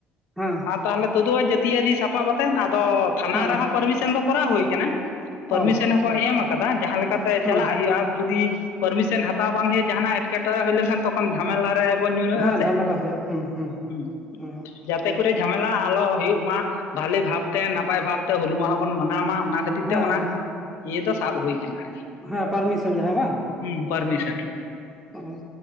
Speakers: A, in the centre; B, on the left.
A: ᱦᱮᱸ
B: ᱟᱨ ᱛᱟᱦᱚᱞᱮ ᱛᱩᱫᱩᱜ ᱟᱭ ᱡᱟᱹᱛᱤᱭᱟᱹᱨᱤ ᱥᱟᱯᱟᱵ ᱟᱛᱮᱱ ᱟᱫᱚᱼᱼ ᱛᱷᱟᱱᱟ
A: ᱦᱮᱸ
B: ᱨᱮᱦᱚᱸ ᱯᱟᱹᱨᱢᱤᱥᱚᱱ ᱫᱚ ᱠᱚᱨᱟᱣ ᱦᱳᱭ ᱠᱟᱱᱟ᱾ ᱯᱟᱹᱨᱢᱤᱥᱚᱱ
A: ᱚ
B: ᱦᱚᱸᱠᱚ ᱮᱢ ᱠᱟᱫᱟ ᱡᱟᱦᱟᱸ ᱞᱮᱠᱟᱛᱮ
A: ᱦᱮᱸ
B: ᱪᱟᱞᱟᱜ ᱦᱩᱭᱩᱜᱼᱟ ᱡᱩᱫᱤᱼᱼ ᱯᱟᱹᱨᱢᱤᱥᱮᱱ ᱦᱟᱛᱟᱣ ᱵᱟᱝ ᱦᱩᱭᱩᱜ-ᱟ ᱡᱟᱦᱟᱸ ᱱᱟᱜ ᱮᱴᱠᱮᱴᱚᱬᱮ ᱦᱩᱭ ᱞᱮᱱᱠᱷᱟᱱ ᱛᱚᱠᱷᱚᱱ ᱡᱷᱟᱢᱮᱞᱟ ᱨᱮᱼᱼ ᱵᱚᱱ ᱧᱩᱨᱦᱟᱹᱜ-ᱟ
A: ᱦᱮᱸ
B: ᱥᱮ,
A: ᱡᱷᱟᱢᱮᱞᱟ ᱦᱩᱭᱩᱜᱼᱟ ᱦᱩᱸ ᱦᱩᱸ
B: ‌ᱦᱩᱸᱡᱟᱛᱼᱼ
A: ᱚ
B: ᱛᱮ ᱠᱚᱨᱮ ᱡᱷᱟᱢᱮᱞᱟ ᱟᱞᱚ ᱦᱩᱭᱩᱜ ᱢᱟ ᱵᱷᱟᱞᱤ ᱵᱷᱟᱵᱽ ᱛᱮ ᱱᱟᱯᱟᱭ ᱵᱷᱟᱵᱽ ᱛᱮ ᱦᱩᱞ ᱢᱟᱦᱟᱸ ᱵᱚᱱ ᱢᱟᱱᱟᱣ ᱢᱟ ᱚᱱᱟ ᱠᱷᱟᱹᱼᱼ
A: ᱦᱮᱸ
B: ᱛᱮ ᱚᱱᱟ ᱤᱭᱟᱹ ᱫᱚ ᱥᱟᱵ ᱦᱩᱭ ᱠᱟᱱᱟ ᱟᱨᱠᱤ᱾
A: ᱦᱮᱸ ᱯᱟᱨᱢᱤᱥᱚᱱ ᱡᱟᱦᱟᱸ ᱵᱟᱝ
B: ᱦᱩᱸ
A: ᱦᱮᱸ
B: ᱯᱟᱨᱢᱤᱥᱚᱱ
A: ᱚᱸ